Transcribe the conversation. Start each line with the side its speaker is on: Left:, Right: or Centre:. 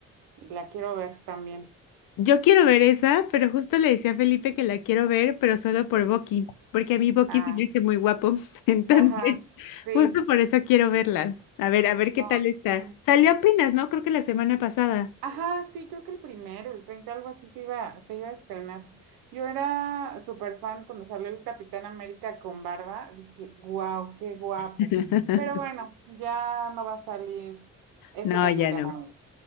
Right: Y la quiero ver también.
Left: yo quiero ver esa, pero justo le decía a Felipe que la quiero ver, pero solo por Bucky, porque a mí Bucky
Right: Ah,
Left: se me hace muy guapo. <laughs> Entonces,
Right: ajá, sí.
Left: justo por eso quiero verla. A ver, a ver qué
Right: Ah,
Left: tal está.
Right: sí.
Left: Salió apenas, ¿no? Creo que la semana pasada.
Right: Ajá, sí, creo que el primero, el 30 algo así se iba, se iba a estrenar. Yo era súper fan cuando salió el Capitán América con barba. Dije, wow, qué guapo.
Left: <laughs>
Right: Pero bueno, ya no va a salir ese
Left: No,
Right: Capitán
Left: ya no,
Right: América.